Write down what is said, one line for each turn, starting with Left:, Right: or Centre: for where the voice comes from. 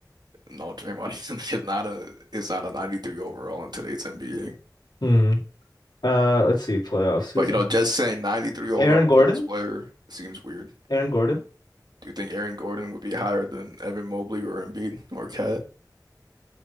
Right: No, Draymond Green <laughs> is not a is not a 93 overall in today's NBA.
Left: Hmm. Uh, let's see. Playoffs. Who's
Right: But you
Left: in?
Right: know, just saying 93 overall
Left: Aaron Gordon?
Right: for this player seems weird.
Left: Aaron Gordon?
Right: Do you think Aaron Gordon would be higher than Evan Mobley or Embiid or Cat?